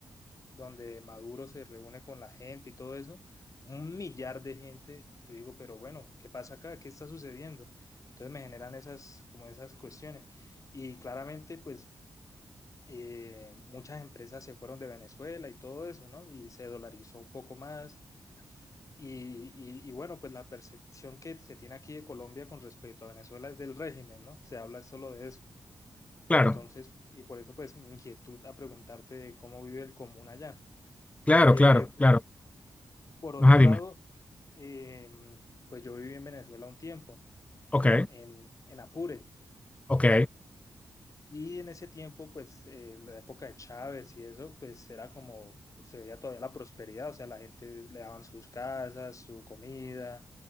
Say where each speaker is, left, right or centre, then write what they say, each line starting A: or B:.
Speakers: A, on the left; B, on the left.
A: donde Maduro se reúne con la gente y todo eso, un millar de gente, yo digo, pero bueno, ¿qué pasa acá? ¿Qué está sucediendo? Entonces me generan esas, como esas cuestiones. Y claramente, pues, eh, muchas empresas se fueron de Venezuela y todo eso, ¿no? Y se dolarizó un poco más. Y, y, y bueno, pues la percepción que se tiene aquí de Colombia con respecto a Venezuela es del régimen, ¿no? Se habla solo de eso.
B: claro,
A: Entonces, y por eso pues mi inquietud a preguntarte de cómo vive el común allá.
B: claro,
A: Eh,
B: claro, claro.
A: Por otro
B: Ajá,
A: lado,
B: dime.
A: eh, pues yo viví en Venezuela un tiempo,
B: Ok,
A: en, en Apure,
B: ok,
A: y en ese tiempo, pues eh, la época de Chávez y eso, pues era como, se veía todavía la prosperidad, o sea, la gente le daban sus casas, su comida,